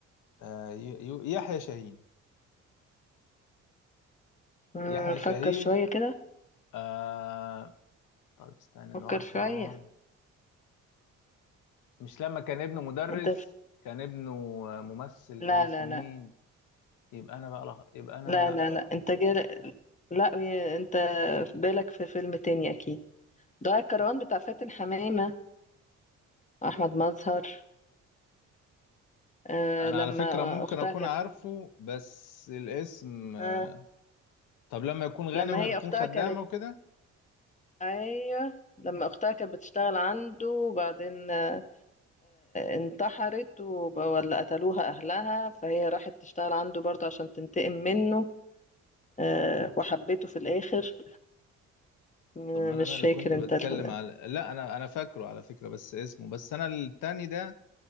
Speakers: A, on the left; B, on the left.
A: أه، ي- ي- يحيى شاهين
B: مم،
A: يحيى
B: فكر
A: شاهين
B: شوية كده
A: أه، طب استنى
B: فكر
A: دعاء الكرام
B: شوية
A: مش لما كان ابنه مدرس
B: انت في...
A: كان ابنه آه، ممثل كان
B: لا
A: اسمه
B: لا لا
A: مين يبقى انا بقى لغ... يبقى انا
B: لا
A: لا
B: لا لا انت جال... لا يا- انت في بالك في فيلم تاني أكيد دعاء الكروان بتاع فاتن حمامة وأحمد مظهر آه
A: انا
B: لما
A: على فكره ممكن
B: أختها
A: اكون
B: كانت
A: عارفه بس الاسم أه،
B: آه
A: طب لما يكون غني
B: لما
A: وهي
B: هي
A: بتكون
B: أختها
A: خدامه
B: كانت
A: وكده
B: أيوة لما أختها كانت بتشتغل عنده وبعدين آه، انتحرت وب- ولا قتلوها أهلها فهي راحت تشتغل عنده برضه عشان تنتقم منه آه، وحبيته في الآخر م-
A: طب ما
B: مش
A: انا اللي
B: فاكر
A: كنت
B: انت
A: بتكلم
B: ال-
A: على لا انا انا فاكره على فكره بس اسمه بس انا التاني ده